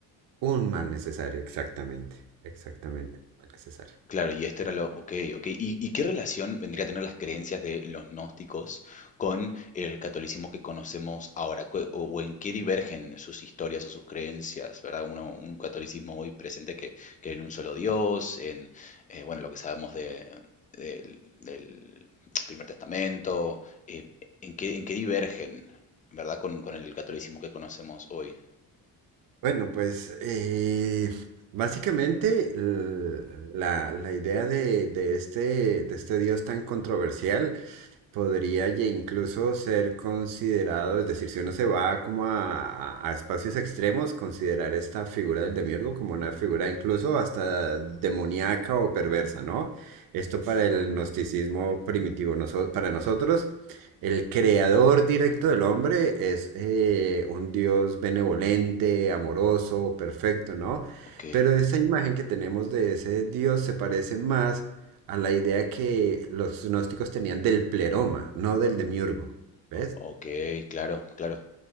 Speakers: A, on the right; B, on the left.
A: Un mal necesario, exactamente, exactamente, un mal necesario.
B: Claro, y esto era lo, ok, ok. ¿Y, y qué relación vendría a tener las creencias de los gnósticos con el catolicismo que conocemos ahora? Cu- ¿O, o en qué divergen sus historias o sus creencias, ¿verdad? Uno, un catolicismo hoy presente que, que en un solo Dios, en, eh, bueno, lo que sabemos de, del, del Primer Testamento, eh, ¿en qué, en qué divergen, ¿verdad? Con, con el catolicismo que conocemos hoy.
A: Bueno, pues eh, básicamente l- la, la idea de, de este, de este dios tan controversial podría ye- incluso ser considerado, es decir, si uno se va como a, a- a espacios extremos, considerar esta figura del demiurgo como una figura incluso hasta demoníaca o perversa, ¿no? Esto para el gnosticismo primitivo, noso- para nosotros, el creador directo del hombre es eh, un dios benevolente, amoroso, perfecto, ¿no?
B: Ok,
A: Pero esa imagen que tenemos de ese dios se parece más a la idea que los gnósticos tenían del pleroma, no del demiurgo, ¿ves?
B: ok, claro, claro.